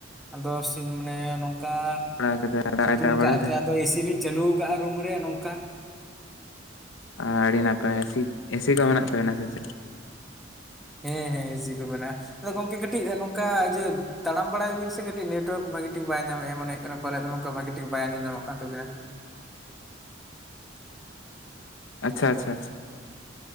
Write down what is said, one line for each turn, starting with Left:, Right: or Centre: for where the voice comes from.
Centre: ᱟᱫᱚ ᱥᱤᱝ ᱢᱟᱱᱮ ᱱᱚᱝᱠᱟ
Left: ᱵᱟᱲᱟ ᱠᱟᱫᱟ ᱫᱟᱜ
Centre: ᱥᱤᱛᱩᱝ
Left: ᱮ ᱫᱟᱜ ᱵᱟᱲᱟᱭ
Centre: ᱠᱟᱜ
Left: ᱫᱟ
Centre: ᱛᱮ ᱟᱫᱚ ᱮᱥᱤ ᱞᱤᱧ ᱪᱟᱹᱞᱩᱣ ᱠᱟᱜᱼᱟ ᱨᱩᱢ ᱨᱮ ᱱᱚᱝᱠᱟ᱾
Left: ᱟᱻ ᱟᱹᱰᱤ ᱱᱟᱯᱟᱭ ᱥᱤ ᱮᱥᱤ ᱠᱚ ᱢᱮᱱᱟᱜ ᱛᱟᱵᱮᱱᱟ ᱥᱮ ᱪᱮᱫ?
Centre: ᱦᱮᱸ ᱦᱮᱸ ᱤᱥᱤ ᱠᱚ ᱢᱮᱱᱟᱜᱼᱟ, ᱟᱫᱚ ᱜᱚᱝᱠᱮ ᱠᱟᱹᱴᱤᱡ ᱱᱚᱝ ᱠᱟ ᱡᱮ ᱛᱟᱲᱟᱢ ᱵᱟᱲᱟᱭᱟᱵᱤᱱ ᱥᱮ ᱠᱟᱹᱴᱤᱡ ᱱᱮᱴᱚᱣᱟᱨᱠ ᱵᱷᱟᱜᱤ ᱴᱷᱤᱠ ᱵᱟᱭ ᱧᱟᱢᱮᱜᱼᱟ ᱢᱚᱱᱮ ᱦᱩᱭᱩᱜ ᱠᱟᱱᱟ ᱯᱟᱞᱮᱫ ᱱᱚᱝᱠᱟ ᱵᱷᱟᱜ ᱴᱷᱤᱠ ᱵᱟᱭ ᱟᱸᱡᱚᱢ ᱧᱟᱜ ᱠᱟᱱ ᱛᱟᱵᱤᱱᱟ᱾
Left: ᱟᱪᱪᱷᱟ ᱟᱪᱪᱷᱟ ᱾